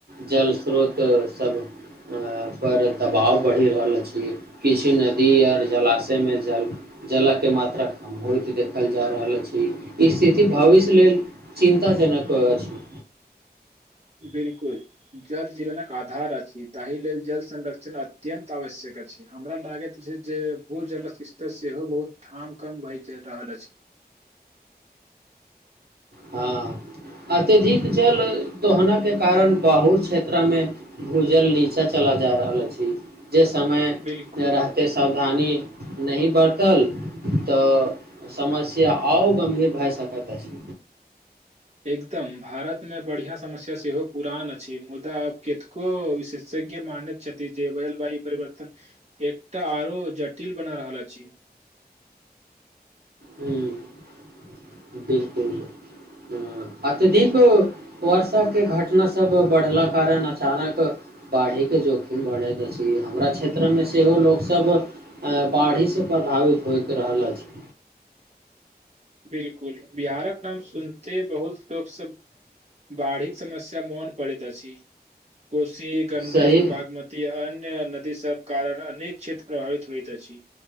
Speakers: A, on the right; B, on the right.
A: जल स्रोत सब अ पर दबाव बढ़ि रहल अछि किछु नदी और जलाशय मे जल जलअ के मात्रा कम होइत देखल जा रहल अछि ई स्थिति भविष्य लेल चिन्ताजनक अछि
B: <inaudible> बिलकुल जल जीवनक आधार अछि ताहि लेल जल संरक्षण अत्यन्त आवश्यक हमरा लागैत जे भूजल स्तर सेहो बहुत ठाम कम भय रहल अछि
A: हां अत्यधिक जल दोहना के कारण बहु क्षेत्र मे भूजल नीचा चला जा रहल अछि जे समय
B: बिल्कुल
A: रहते सावधानी नहि बर्तल तऽ समस्या आओ गम्भीर भए सकैत अछि
B: एकदम भारतमे बढ़िआँ समस्या सेहो पुरान अछि मुदा आब केतको विशेष के मानैत छथि जे जलवायु परिवर्तन एकटा आरो जटिल बना रहल अछि <inaudible>
A: हूंअ् बिलकुल हं अत्यधिक वर्षाक के घटना सब बढ़ला कारण अचानक बाढ़िके जोखिम बढ़ैत अछि हमरा क्षेत्रमे सेहो लोकसभ बाढ़िसँ प्रभावित होइत रहल अछि
B: बिलकुल बिहारक नाम सुनते बहुत लोक सब बाढ़िक समस्या मन पड़ैत अछि कोशी गंडक
A: सही
B: बागमती आ अन्य नदी सभ कारण अनेक क्षेत्र प्रभावित होइत अछि